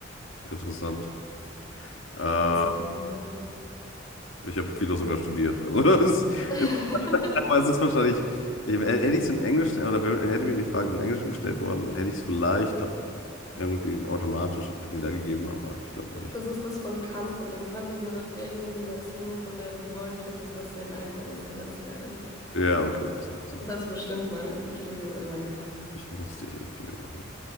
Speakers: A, on the left; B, on the left.
A: Interessant. Äh, ja,
B: Bisschen Philosophie.
A: ich habe Philo sogar studiert. Also, <laughs> das
B: <laughs>
A: ist, aber es ist wahrscheinlich, hätte ich es in Englisch oder wär- hätte mir die Frage im Englischen gestellt worden, hätte ich es vielleicht doch irgendwie automatisch wiedergegeben, aber ich glaube auch nicht.
B: Das ist das von Kant mit dem Handle nur nach derjenigen Maxime, von der du wollen könntest, dass sie ein allgemeines Gesetz werde.
A: Ja, okay, das macht Sinn.
B: Das hast du bestimmt mal im Studium irgendwann gehört.
A: Ich musste ich im Studium machen,